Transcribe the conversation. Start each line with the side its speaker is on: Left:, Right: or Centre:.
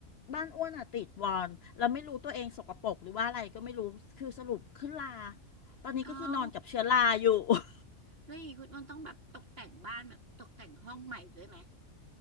Left: บ้านอ้วนอ่ะติดวอนแล้วไม่รู้ตัวเองสกปรกหรือว่าอะไรก็ไม่รู้คือสรุปขึ้นลาตอนนี้ก็คือนอนกับเชื้อราอยู่
Right: เอา
Left: <laughs>
Right: แล้วอย่างงี้คุณอ้วนต้องแบบตกแต่งบ้านแบบตกแต่งห้องใหม่ด้วยไหม